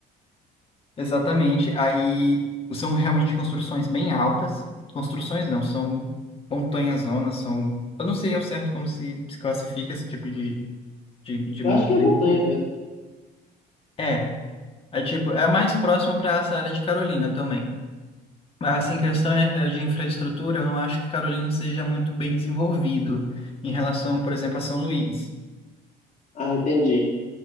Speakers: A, on the left (about 35°); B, on the left (about 50°).
A: Exatamente. Aí são realmente construções bem altas. Construções não, são montanhas zonas, são. Eu não sei ao certo como se, se classifica esse tipo de, de, de
B: Eu
A: montanha.
B: acho que é montanhas mesmo.
A: É. É tipo, é mais próximo para essa área de Carolina também. Mas assim, questão é- é de infraestrutura, eu não acho que Carolina seja muito bem desenvolvido em relação, por exemplo, a São Luís.
B: Ah, entendi.